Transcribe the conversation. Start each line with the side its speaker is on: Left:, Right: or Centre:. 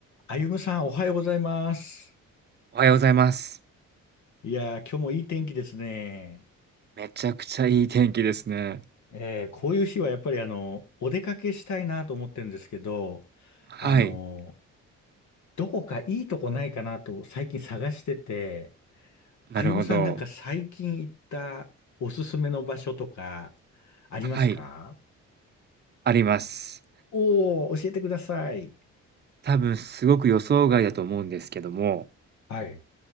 Left: あゆむさん、おはようございます。
Right: おはようございます。
Left: いやー、今日もいい天気ですね。
Right: めちゃくちゃいい天気ですね。
Left: えー、こういう日はやっぱりあの、お出かけしたいなと思ってるんですけど、
Right: はい、
Left: あの、どこかいいとこないかなと最近探してて、
Right: なるほど。
Left: あゆむさんなんか最近行ったおすすめの場所とかありますか
Right: はい、あります。
Left: おー、教えてください。
Right: 多分すごく予想外だと思うんですけども、
Left: はい。